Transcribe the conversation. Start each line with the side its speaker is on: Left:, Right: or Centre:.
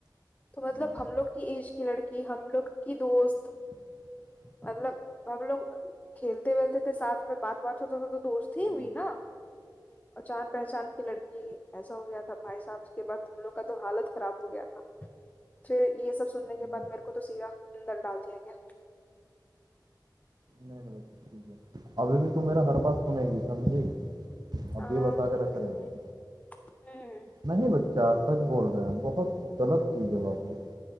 Left: त मतलब
Right: हम्म,
Left: हमलोग की एज की लड़की हमलोग की दोस्त
Right: <inaudible>
Left: मतलब हमलोग खेलते वेलते थे साथमे बात बात होताथा तऽ दोस्ती
Right: हम्म,
Left: ही न अचान पहचान क लड़की ऐसा हो गया भााय साहब के बाद हमलोग क त हालत खराब हो गयथ फिर ये सब सुनने के
Right: हम्म,
Left: बाद मेरे को तऽ सीधा अन्दर डाल दिया गया
Right: नहीं नहीं बच्चा ठीक है अभी भी तू मेरा हर बात सुनेगी समझी अभी
Left: हाँ
Right: बता
Left: सुनेंगे
Right: के रख रहे हैं
Left: हम्म
Right: नहि बच्च अच्छा सच बोल रहे हैं बहुत गलत चीज ह बाबू